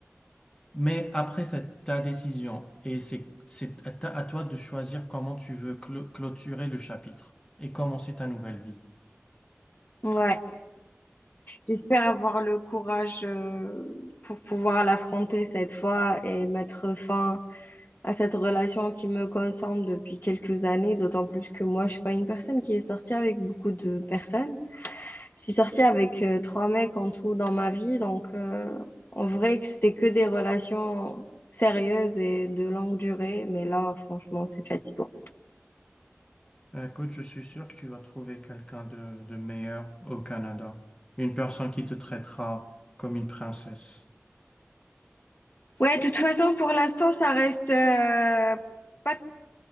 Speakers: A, on the left (about 20°); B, on the left (about 45°).
A: Mais après c'est ta décision et c'est c'est à ta- à toi de choisir comment tu veux clo- clôturer le chapitre et commencer ta nouvelle vie.
B: Ouais, j'espère avoir le courage euh, pour pouvoir l'affronter cette fois et mettre fin à cette relation qui me consomme depuis quelques années, d'autant plus que moi, je suis pas une personne qui est sortie avec beaucoup de personnes. Je suis sortie avec euh, trois mecs en tout dans ma vie, donc euh, en vrai que c'était que des relations sérieuses et de longue durée, mais là, franchement, c'est fatigant.
A: Euh, Écoute, je suis sûr que tu vas trouver quelqu'un de, de meilleur au Canada. Une personne qui te traitera comme une princesse.
B: Ouais, de toute façon, pour l'instant, ça reste euh, pas,